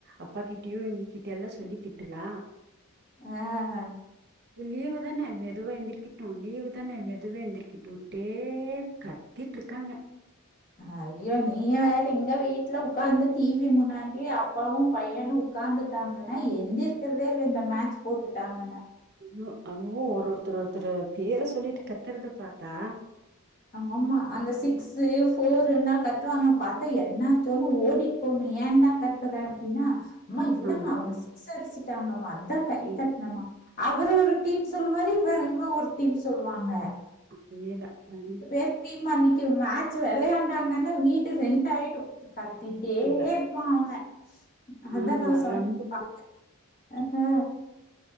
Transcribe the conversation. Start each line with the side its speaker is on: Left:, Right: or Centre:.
Right: அப்பா கிட்டயு எங்ககிட்டயல்லா சொல்லி திட்டுலா
Left: ஆஹ் ஆஹ்
Right: லீவு தான மெதுவா எந்திரிக்கிட்டோ லீவு தான மெதுவா எந்திரிக்கிட்டோட்டே க த்திட்டு இருக்காங்க
Left: ஐயோ நீய வேற எங்க வீட்டுல உட்கார்ந்து டிவி முன்னாடி அப்பாவும் பையனு உட்காந்துட்டாங்கன்னா எந்த <unintelligible> இந்த மேட்ச் போட்டுட்டாங்கன்னா
Right: ம் அதுவு ஒரு ஒருத்தர் ஒருத்தரு பேர சொல்லிட்டு கத்துறத பாத்தா
Left: ஆமா அந்த சிக்ஸு ஃபோர்ல்லா கத்துவாங்க பாத்தா என்னாச்சோன்னு ஓடிட்டு போகணு ஏண்டா கத்துற அப்டின்னா அம்மா இல்லம்மா
Right: ஆமா
Left: அவுங்க சிக்ஸ் அடிச்சுட்டாங்கம்மா அதா கை
Right: ம்,
Left: தட்னம்மா அவரு ஒரு டீம் சொல்லுவாரு இவ இவ ஒரு டீம் சொல்லுவாங்க
Right: அதே தா கண்டிப்
Left: அ டீம்மு அன்னைக்கு மேட்ச் வெளையாண்டாங்கன்னா வீடு ரெண்ட்டாயிடு கத்திட்டே
Right: அதான்.
Left: இருப்பா அவ அதா
Right: ஆமா
Left: நா சொன்னே
Right: ரெண்டு
Left: <inaudible> ஆ ஹா